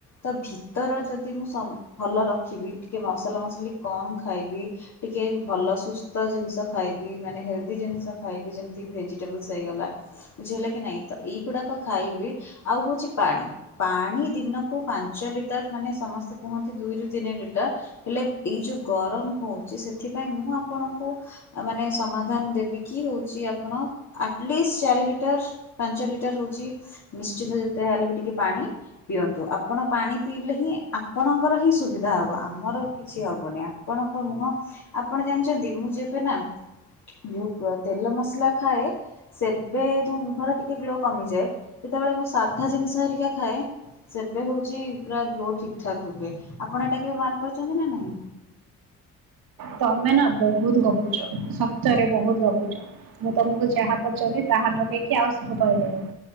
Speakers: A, on the left; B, on the right.
A: ତ ଭିତର ଯଦି ମୁଁ ସବ ଭଲ ରଖିବି ଟିକେ ମସଲା ମସଲି କମ୍ ଖାଇବି। ଟିକେ ଭଲ ସୁସ୍ଥ ଜିନିଷ ଖାଇବି ମାନେ ହେଲ୍ଦି ଜିନିଷ ଖାଇବି ଯେମତି ଭେଜିଟେବଲ୍ସ ହେଇଗଲା। ବୁଝି ହେଲା କି ନାଇଁ ତ ଏଇଗୁଡାକ ଖାଇବି ଆଉ ହଉଛି ପାଣି। ପାଣି ଦିନକୁ ପାଞ୍ଚ ଲିଟର ମାନେ ସମସ୍ତେ କୁହନ୍ତି। ଦୁଇରୁୁ ତିନି ଲିଟର ହେଲେ ଏଇ ଯୋଉ ଗରମ ହଉଛି ସେଥିପାଇଁ ମୁଁ ଆପଣଙ୍କୁ ମାନେ ସମାଧାନ ଦେବି କିି ହଉଛି ଆପଣ ଆଟଲିଷ୍ଟ୍ ଚାରିି ଲିଟର ପାଞ୍ଚ ଲିଟର ହଉଛି ନିଶ୍ଚିନ୍ତ ଯେତେ ଯାହେଲେ ବି ଟିକେ ପାଣି ପିଅନ୍ତୁ ଆପଣ ପାଣି ପିଇଲେ ହିଁ ଆପଣ ଙ୍କର ହିଁ ସୁବିଧା ହବ ଆମର କିଛି ହବନି ଆପଣଙ୍କ ମୁହଁ ଆପଣ ଜାଣିଛନ୍ତି ମୁଁ ଯେବେ ନା ଯୋଉ ତେଲ ମସଲା ଖାଏ। ସେବେ ମୋ ମୁହଁରେ ଟିକେ ଗ୍ଲୋ କମିଯାଏ ଯେତେବେଳେ ମୁଁ ସାଧା ଜିନିଷ ହେରିକା ଖାଏ। ସେବେ ହଉଛି ପୁରା ଗ୍ଲୋ ଠିକ୍ ଠାକ୍ ରୁହେ ଆପଣ ଏଟା କେବେ ମାର୍କ କରିଛନ୍ତି ନା ନାଇଁ?
B: ତମେ ନା ବହୁତ୍ ଗପୁଚ ସତରେ ବହୁତ ଗପୁଚ। ମୁଁ ତମକୁ ଯାହା ପଚବି ତାହା ନକହିକି ଆଉ ସବୁ କହିଲଣି।